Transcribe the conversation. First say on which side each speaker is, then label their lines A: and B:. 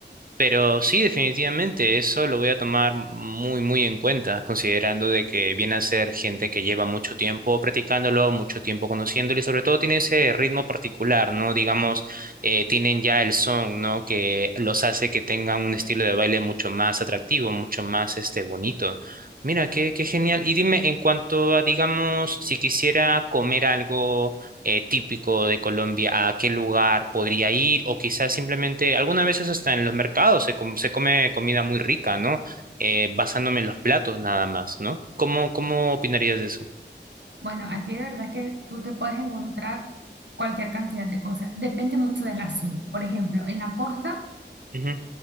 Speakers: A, on the right (about 50°); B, on the right (about 75°).
A: Pero sí, definitivamente, eso lo voy a tomar muy, muy en cuenta, considerando de que viene a ser gente que lleva mucho tiempo practicándolo, mucho tiempo conociéndolo y sobre todo tiene ese ritmo particular, ¿no? Digamos, eh, tienen ya el son, ¿no? Que los hace que tengan un estilo de baile mucho más atractivo, mucho más, este, bonito. Mira, qué, qué genial. Y dime, en cuanto a, digamos, si quisiera comer algo eh, típico de Colombia, a qué lugar podría ir, o quizás simplemente, algunas veces hasta en los mercados se, com- se come comida muy rica, ¿no? Eh, basándome en los platos nada más, ¿no? ¿Cómo, cómo opinarías de eso?
B: Bueno, aquí de verdad que tú te puedes encontrar cualquier cantidad de cosas. Depende mucho de la zona. Por ejemplo, en la costa.
A: Ujú.